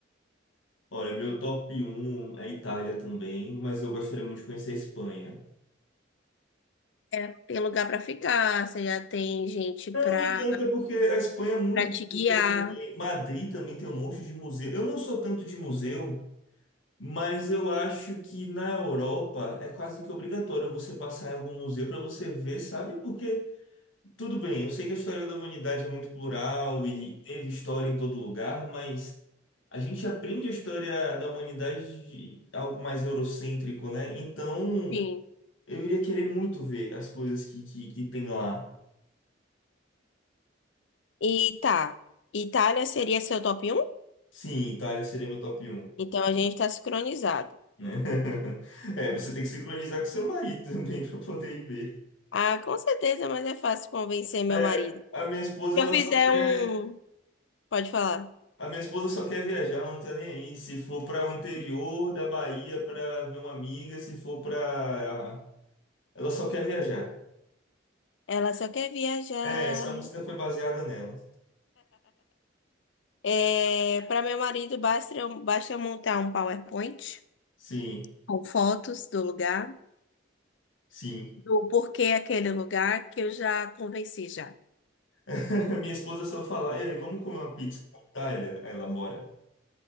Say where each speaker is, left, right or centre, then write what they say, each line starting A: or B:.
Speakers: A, on the left; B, on the left.
A: Olha, meu top um é a Itália também, mas eu gostaria muito de conhecer a Espanha.
B: É, tem lugar pra ficar, você já tem gente
A: Não,
B: pra
A: nem tanto, é porque a Espanha é muito
B: para te guiar.
A: bonita também. Madrid também tem um monte de museu. Eu não sou tanto de museu, mas eu acho que na Europa é quase que obrigatório você passar em algum museu para você ver, sabe? Porque Tudo bem, eu sei que a história da humanidade é muito plural e teve história em todo lugar, mas a gente aprende a história da humanidade de algo mais eurocêntrico, né? Então,
B: Sim.
A: eu iria querer muito ver as coisas que, que, que tem lá.
B: E tá. Itália seria seu top um?
A: Sim, Itália seria meu top um
B: Então a gente tá sincronizado.
A: né? <laughs> É, você tem que sincronizar com seu marido também <laughs> para poder ir ver.
B: Ah, com certeza, mas é fácil convencer meu
A: É,
B: marido.
A: a minha esposa,
B: Se
A: ela
B: eu fizer
A: só quer,
B: um. Pode falar.
A: a minha esposa só quer viajar, ela não tá nem aí. Se for para o interior da Bahia para ver uma amiga, se for para Ela só quer viajar.
B: Ela só quer viajar.
A: É, essa música foi baseada nela.
B: É, para meu marido, basta, eu- basta eu montar um PowerPoint
A: Sim,
B: com fotos do lugar.
A: sim.
B: do porquê aquele lugar que eu já convenci já.
A: <laughs> Minha esposa só fala, e aí, vamos comer uma pizza na Itália? Aí ela, bora.